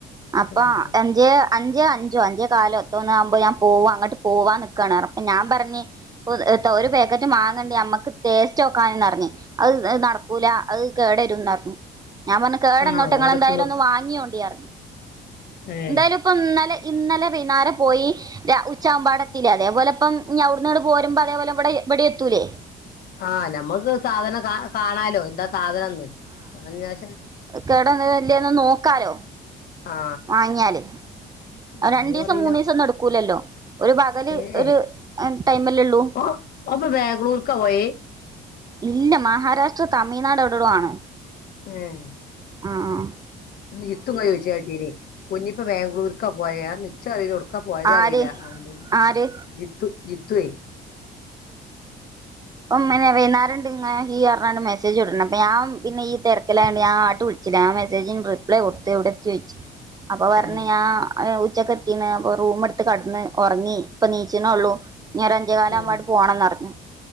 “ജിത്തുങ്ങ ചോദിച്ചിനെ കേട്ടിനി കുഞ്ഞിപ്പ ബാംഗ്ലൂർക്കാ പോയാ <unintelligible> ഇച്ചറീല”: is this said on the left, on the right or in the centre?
Left